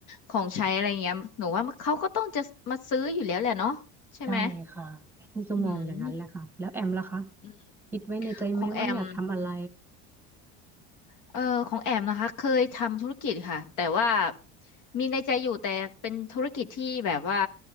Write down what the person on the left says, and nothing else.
ของใช้อะไรเงี้ยหนูว่าเขาก็ต้องจะมาซื้ออยู่แล้วแหละเนาะใช่ไหม
อืมอืม
ของแอมเออของแอมนะคะเคยทำธุรกิจค่ะแต่ว่ามีในใจอยู่แต่เป็นธุรกิจที่แบบว่า